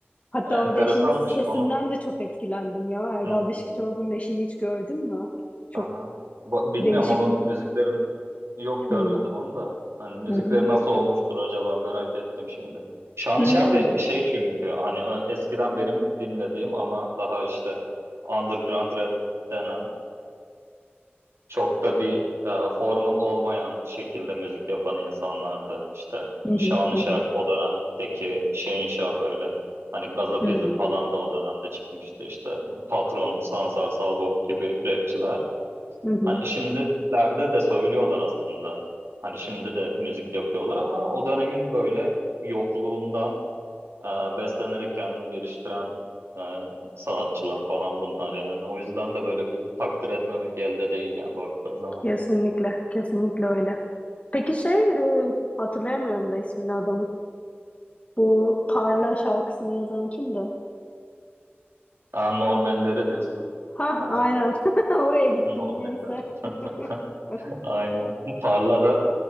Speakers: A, on the left (about 35°); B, on the right (about 85°).
A: Hatta
B: Enteresanmış.
A: orada eşinin sesinden
B: Onun
A: de çok etkilendim ya. Erdal
B: Hmm,
A: Beşikçioğlu'nun eşini hiç gördün mü? Çok
B: aha. Ba- Bilmiyorum
A: değişik
B: onun
A: bir...
B: müziklerin yok
A: Hmm,
B: görmedim onu da. Hani müzikleri
A: hı hı.
B: nasıl olmuştur acaba merak ettim şimdi. Şanışer
A: Hmm,
B: de şey çünkü hani ö- eskiden benim dinlediğim ama daha işte underground rap denen Çok da bir e, formal olmayan şekilde müzik yapan insanlardı. İşte
A: hı hı,
B: Şanışer
A: hı hı,
B: o dönemdeki Şehinşah öyle. Hani Gazapizm
A: hı hı,
B: falan da o dönemde çıkmıştı işte. Patron, Sansar Salvo gibi rapçiler.
A: hı
B: Hani şimdilerde de söylüyorlar aslında. Hani şimdi de müzik yapıyorlar ama o dönemin böyle yokluğundan e, beslenerek kendini geliştiren e, sanatçılar falan bunlar yani. O yüzden de böyle bir takdir etmemek elde değil yani baktığın zaman.
A: Kesinlikle, kesinlikle öyle. Peki şey, e, hatırlayamıyorum da ismini adamın. Bu Parla şarkısını yazan kimdi?
B: Aa, Normanleri diyorsun.
A: Ha,
B: Evet,
A: aynen. <laughs> Oraya gittim
B: Normanler.
A: niyeyse.
B: <laughs>
A: <laughs>
B: Aynen. Parlada